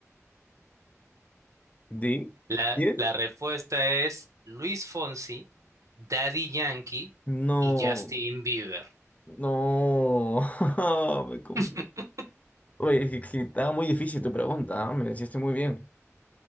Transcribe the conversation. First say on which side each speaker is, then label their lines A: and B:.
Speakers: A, on the left; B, on the right.
A: ¿Di?
B: La,
A: ¿Sí es?
B: la respuesta es Luis Fonsi, Daddy Yankee
A: No.
B: y Justin Bieber.
A: No. <laughs> Me confu-
B: <laughs>
A: Oye, es que, que estaba muy difícil tu pregunta. ¿ah? Me la hiciste muy bien.